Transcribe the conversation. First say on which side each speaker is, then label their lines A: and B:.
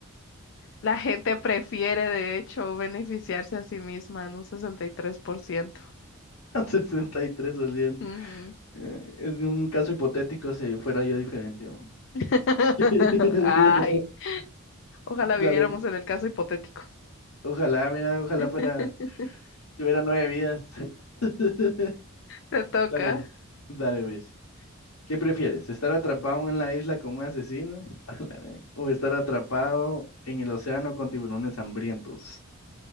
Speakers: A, on the left; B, on the left.
A: La gente prefiere, de hecho, beneficiarse a sí misma en un 63%.
B: 63%.
A: Ujú.
B: Eh, Es un caso hipotético si fuera yo diferente. ¿no?
A: <laughs>
B: <laughs>
A: Ay, ojalá viviéramos
B: Dale,
A: en el caso hipotético.
B: ojalá, mira, ojalá
A: <laughs>
B: fuera, tuviera nueve vidas. <laughs>
A: Te toca.
B: Dale, dale, ves. ¿Qué prefieres? ¿Estar atrapado en la isla con un asesino? <laughs> A la ve- ¿O estar atrapado en el océano con tiburones hambrientos?